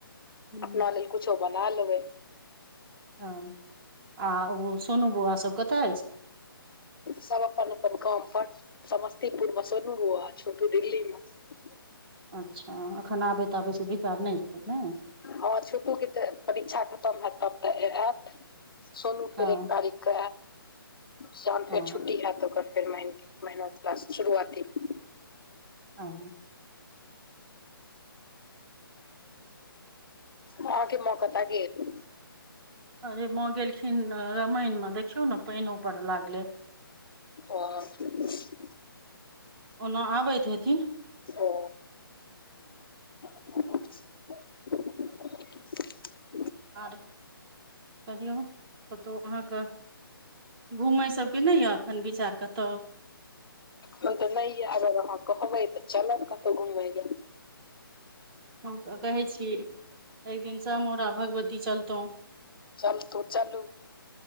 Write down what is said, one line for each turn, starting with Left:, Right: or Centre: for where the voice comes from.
Right: हूँ
Left: अपना लेल कुछो बना लेबै
Right: हँ आ ओ सोनू बौआ सब कतय अछि
Left: सब अपन अपन काम पर समस्तीपुर मे सोनू बौआ छोटू दिल्ली मे
Right: अच्छा एखन आबै ताबै के विचार नहि छै ने
Left: हँ छोटू के तऽ परीक्षा खतम हैयत तब तऽ आयत सोनू फेर
Right: हँ
Left: एक तारीख शाम
Right: ओ
Left: फेर छुट्टी होयत ओकर फेर मेनत क्लास शुरुआती ह
Right: ओ <inaudible>
Left: अहाँके माँ कतऽ गेल
Right: अरे माँ गेलखिन रामायण मे देखियौ ने पाइनो परऽ लागले
Left: ओ <inaudible>
Right: ओना आबैत हेथिन
Left: ओ <inaudible>
Right: आर कहियौ कतहु अहाँके घूमय सबके नहि यऽ अखन विचार कतहु
Left: हम तऽ नहि य अगर अहाँ कहबै तऽ चलब कतहु घुमय ले
Right: हँ तऽ कहै छी एक दिनसँ हमोरा भगवती चलतौ
Left: चलतू चलू